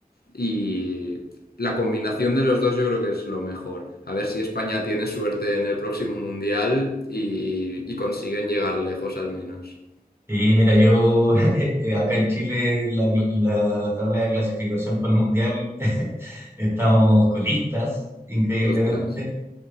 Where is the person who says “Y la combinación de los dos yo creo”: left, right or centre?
Left